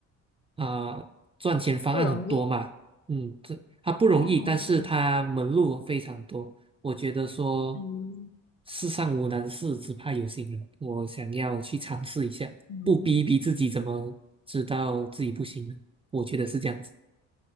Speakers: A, on the right (about 20°); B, on the left (about 40°).
A: 啊、赚钱方案很多嘛，
B: 不容易
A: 嗯，这它不容易，
B: 哦，
A: 但是它门路非常多。我觉得说
B: 嗯嗯。
A: 世上无难事，只怕有心人。我想要去尝试一下，
B: 嗯
A: 不逼一逼自己，怎么知道自己不行呢？我觉得是这样子。